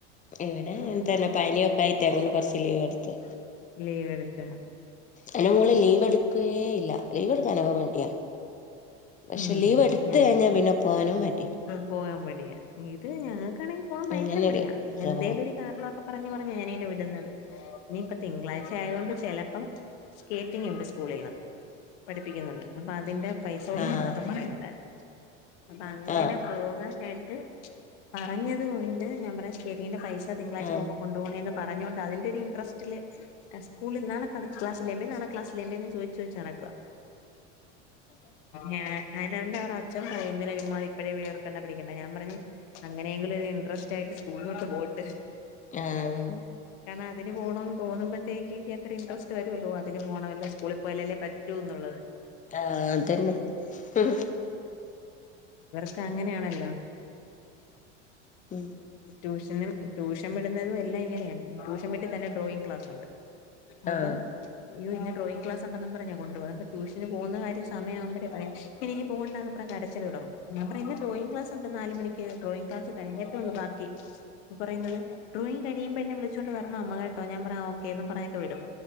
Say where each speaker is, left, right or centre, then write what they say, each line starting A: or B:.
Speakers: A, on the left; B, on the left.
A: ഇവടെ അങ്ങൻതന്നെ
B: ഉം
A: പനിയൊക്കായ്റ്റങ്ങനെ കൊർച്ച് ലീവ്ട്ത്ത്.
B: ലീവെടുത്തോ.
A: എന്റെ മോള് ലീവെടുക്കേ ഇല്ല ലീവ് എടുക്കാനോക്കെ മട്യ. പക്ഷെ
B: ഉം
A: ലീവ് എടുത്ത് കഴിഞ്ഞ പിന്നെ പോവാനും മടിയ.
B: പോവാൻ മടിയാ ഇത് ഞങ്ങക്കാണെങ്കി പോകൻ ഭയങ്കര
A: അങ്ങനൊരു
B: മടിയാ
A: സ്വഭാവം
B: എന്തെലൊര്. കാരണൊക്കെ പറഞ്ഞ് പറഞ്ഞ് എനി ന്നേ വിടുന്നത് ഇനിയിപ്പ തിങ്കളാഴ്ച ആയോണ്ട് ചെലപ്പം. സ്കേറ്റിംഗ്ണ്ട് സ്കൂളിൽന്ന് പഠിപ്പിക്ക്യുന്നുണ്ട് അപ്പൊ അതിന്റെ പൈസ കൊടുക്കണം
A: ആഹ്
B: ന്നൊക്കെ പറയുന്നുണ്ടായി അപ്പങ്ങനെ
A: ആഹ്
B: പോകാനായിട്ട് പറഞ്ഞത് കൊണ്ട് ഞാ പറയാ ശെടീന്റെ പൈ സ തിങ്കളാഴ്ച്ച
A: ആഹ്
B: പോവുമ്പോ കൊണ്ടൊണേന്ന് പറഞ്ഞ്കൊണ്ട് അതിന്റെര്. ഡ്രസ്റ്റില് അ സ്കൂളി നാളെ കളി ക്ലാസില്ലേ എമിൻ നളെ ക്ലസ്സില്ലേ എമേന്നും ചോ ചോയ്ച്ച് നടക്കുവ ഞാ അയിന്റെഅവന്റെ ഒരഅച്ഛൻ പറയും എന്തിന ഇവന്മാര് ഇപ്പയേ വേർക്കണ്ട പിടിക്കണ്ട ഞാൻ പറഞ്. അങ്ങനെങ്കിലൊര് ഇൻട്രസ്റ്റയിട്ട് സ്കൂളിലോട്ട് പോട്ട്.
A: ആഹ്
B: കാരണ അതിന് പോണോന്ന് തോന്നുമ്പൾത്തേ കെക്കത്രേ ഇൻട്രസ്റ്റ് വരുവല്ലോ അതിന് പോണവല്ലോ സ്കൂളി പോയലല്ലേ പറ്റൂന്നുള്ളത്.
A: ആഹ് അതന്നെ ഹും.
B: ക്കങ്ങനെയാണല്ലോ.
A: ഉം.
B: റ്റൂഷന് ട്യൂഷവിടുന്നതും എല്ലാംങ്ങനെയാ ട്യൂഷൻ വിട്ടി തന്നെ ഡ്രോയിങ് ക്ലാസ് ഉണ്ട്. അപ്പ
A: ആഹ്
B: യോ ഇന്ന് ഡ്രോയിങ് ക്ലാസുണ്ടന്നും പറഞ്ഞ കൊണ്ട് പോവ അപ്പ ട്യൂഷന് പോകുന്ന കാര്യം സമയാവുമ്പര പറയും എനിക്ക് പോണ്ടാന്ന് പറഞ്ഞ് കരച്ചില് തൊടങ്ങും ഞാ പറയു ന്ന് ഡ്രോയിങ് ക്ലസുണ്ട് നാല് മണി ക്ക് ഡ്രോയിങ് ക്ലാസ് കഴിഞ്ഞിട്ടള്ളൂ ബാക്കി പപറയുന്നത് ഡ്രോയി കഴിയുമ്പെന്നെ വിളിച്ചൊണ്ട് വരണം അമ്മ കേട്ടോ ഞ പറയും ആ ഓക്കെ ന്നും പറഞ്ഞക്കെ വിടും.